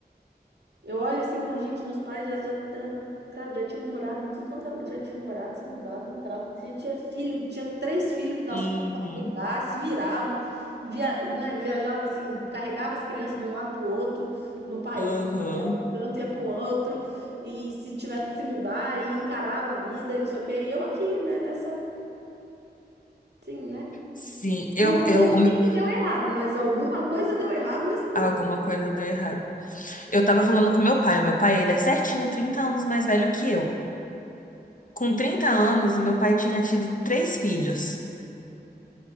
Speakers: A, on the right (about 85°); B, on the left (about 50°).
A: Eu olho assim, e falo, gente, meus pais já, já eram, cara, já tinham morado em tudo quanto é lu- já tinham morado, se mudado, entrado, já tinha filho, tinha três filhos nas
B: Uhum,
A: costas pra cuidar, se viravam, via, né, viajava assim, carregava as crianças de um lado pro outro no país,
B: uhum.
A: ia pra um tanto, ia pro outro, e se tivesse que se mudar, e encarava a vida e não sei o quê, e eu aqui, né, nessa, assim, né,
B: Sim, eu,
A: não
B: eu,
A: sei o
B: o me-
A: que que deu errado, mas alguma coisa deu errado nesse,
B: alguma coisa deu errado. Eu tava falando com meu pai. O meu pai, ele é certinho 30 anos mais velho que eu. Com 30 anos, o meu pai tinha tido três filhos.